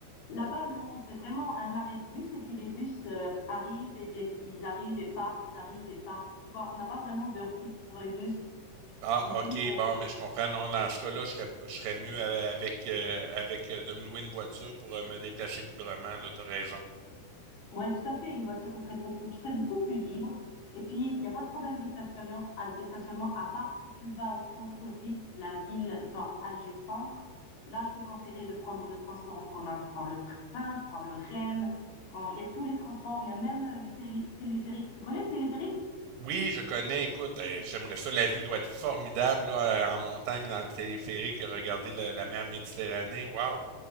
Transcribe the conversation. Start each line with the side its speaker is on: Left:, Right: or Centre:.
Left: là-bas, non, c'est vraiment un arrêt de bus et puis les bus euh, arrivent et des- ils arrivent et partent, ils arrivent et partent. Tu vois, on n'a pas vraiment d'heure fixe pour les bus,
Right: Ah,
Left: du coup.
Right: ok, bon, mais je comprends. Non, dans ce cas-là, je serais, je serais mieux a- avec, euh, avec euh, de me louer une voiture pour euh, me déplacer librement, là, t'as raison.
Left: Ouais, tout à fait. Une voiture, ça serait beaucoup, tu serais beaucoup plus libre. Et puis, il n'y a pas de problème de stationnement, à- de stationnement, à part si tu vas au centre-ville, la ville, genre Alger Centre. Là, je te conseillerais de prendre le transport en commun. Tu prends le train, tu prends le REM, tu prends, il y a tous les transports, il y a même euh, les télé- téléphériques. Tu connais le téléphérique?
Right: Oui, je connais, écoute, eh, j'aimerais ça, la vue doit être formidable, là, euh, en montagne, dans le téléphérique, regarder la, la mer Méditerranée, waouh!